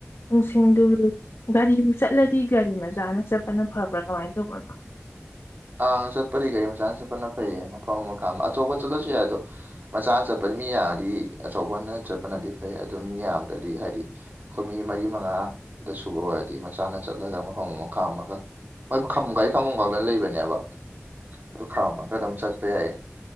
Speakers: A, on the left (about 70°); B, on the right (about 45°).
A: ꯄꯨꯡꯁꯤꯡꯗꯨ ꯒꯥꯔꯤꯕꯨ ꯆꯠꯂꯗꯤ ꯒꯥꯔꯤ ꯃꯆꯥꯅ ꯆꯠꯄꯅ ꯐꯕ꯭ꯔꯥ ꯀꯃꯥꯏꯅ ꯇꯧꯕꯅꯣ <inaudible>
B: ꯑꯪ ꯆꯠꯄꯗꯤ ꯒꯥꯔꯤ ꯃꯆꯥ ꯆꯠꯄꯅ ꯐꯩꯌꯦ ꯃꯐꯝ ꯑꯃ ꯈꯥ ꯑꯃ ꯑꯆꯧꯕ ꯆꯠꯂꯁꯨ ꯌꯥꯏ ꯑꯗꯣ ꯃꯆꯥꯅ ꯆꯠꯄꯗꯤ ꯃꯤ ꯌꯥꯝꯡꯉꯗꯤ ꯑꯆꯧꯕꯅ ꯆꯠꯄꯅꯗꯤ ꯐꯩ ꯑꯗꯨ ꯃꯤ ꯌꯥꯝꯕꯗꯗꯤ ꯍꯥꯏꯗꯤ ꯑꯩꯈꯣꯏ ꯃꯤ ꯃꯤ ꯃꯔꯤ ꯃꯉꯥ ꯑꯝꯇ ꯁꯨꯕ ꯑꯣꯏꯔꯗꯤ ꯃꯆꯥꯅ ꯆꯠꯂꯒ ꯃꯐꯝ ꯑꯃꯥ ꯑꯃꯒ ꯍꯣꯏ ꯈꯥꯃ ꯒꯥꯔꯤ ꯈꯥꯃꯝꯒꯥꯎꯗꯅ ꯂꯩꯕꯅꯦꯕ ꯑꯗꯨ ꯈꯥꯝꯃꯒ ꯑꯗꯨꯝ ꯆꯠꯄ ꯌꯥꯏꯌꯦ